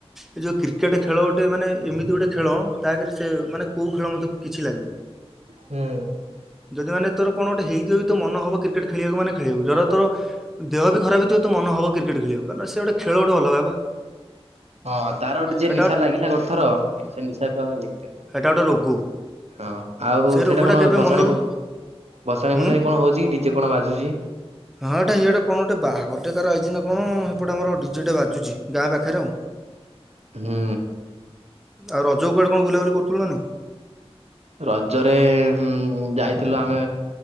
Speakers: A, in the centre; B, on the right.
A: ଏ ଯେଉଁ କ୍ରିକେଟ ଖେଳ ଗୋଟେ ମାନେ ଏମିତି ଗୋଟେ ଖେଳ ତା ଆଗରେ ସେ ମାନେ କଉଁ ଖେଳ ମୋତେ କିଛି ଲାଗେନି।
B: ହୁଁ।
A: ଯଦି ମାନେ ତୋର କଣ ଗୋଟେ ହେଇଥିବ ବି ତୋ ମନ ହବ କ୍ରିକେଟ ଖେଳିବାକୁ ମାନେ ଖେଳିବୁ ଧର ତୋ ଦେହ ବି ଖରାପ ହେଇଥିବ ତୋ ମନ ହବ କ୍ରିକେଟ୍ ଖେଳିବାକୁ। ତାପରେ ସେ ଗୋଟେ ଖେଳ ଗୋଟେ ଅଲଗା ବା।
B: ହଁ ତାର ଗୋଟେ ଯିଏ
A: ସେଟା
B: ନିଶା ଲାଗିଲା ଗୋଟେ ଥର ସେ ନିଶା କୁ ଆଉ ଇଏ କରିହ
A: ସେଇଟା ଗୋଟେ ରୋଗ।
B: ହଁ ଆଉ
A: ସେ
B: ସେଇଟା
A: ରୋଗଟା
B: କଣ
A: କେବେ
B: ଭସାଣି
A: ମନରୁ
B: ଭସାଣି
A: ହୁଁ
B: ଫସାଣି କଣ ହଉଛି କି ଡିଜେ କଣ ବାଜୁଛି?
A: ହଁ ଏଟା ହିଆଡ଼େ କଣ ଗୋଟେ ବାହାଘରଟେ କାହାର ଆଇଚି ନା କଣ ହେପଟେ ତାଙ୍କର ଡିଜେ ଟେ ବାଜୁଛି। ଗାଁ ପାଖରେ ଆଉ।
B: ହୁଁ।
A: ଆଉ ରଜ କୁ କୁଆଡ଼େ କଣ ବୁଲାବୁଲି କରୁଥିଲୁ ନା ନାହିଁ?
B: ରଜରେ-ଏ ଉମ୍ ଯାଇଥିଲୁ ଆମେ